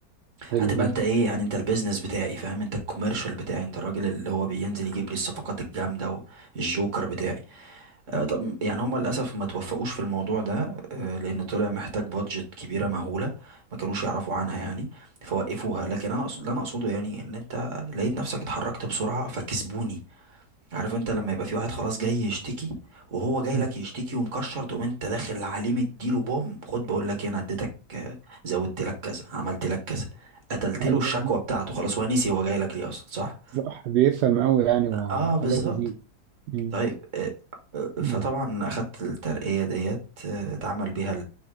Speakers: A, on the right; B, on the right.
A: حلو
B: هتبقى
A: جدا
B: انت ايه يعني انت البيزنس بتاعي فاهم انت الكوميرشال بتاعي انت الراجل اللي هو بينزل يجيب لي الصفقات الجامده والجوكر بتاعي آه طب يعني هما للاسف ما توفقوش في الموضوع ده آه لان طلع محتاج بادجت كبيره مهوله ما كانوش يعرفوا عنها يعني فوقفوها لكن انا أقصد... اللي انا اقصده يعني ان انت لقيت نفسك اتحركت بسرعه فكسبوني عارف انت لما يبقى في واحد خلاص جاي يشتكي وهو جاي
A: مم.
B: لك يشتكي ومكشر تقوم انت داخل عليه مديله بوم خد بقول لك ايه انا اديتك آه، زودت لك كذا عملت لك كذا قتلت
A: حاجه
B: له الشكوى بتاعته خلاص هو نسي هو جاي لك ليه اصلا صح
A: صح بيفهم قوي يعني وحاجات
B: اه بالظبط
A: لذيذة مم.
B: طيب آه، آه،
A: مم.
B: فطبعا اخدت الترقية ديت آه، اتعمل بيها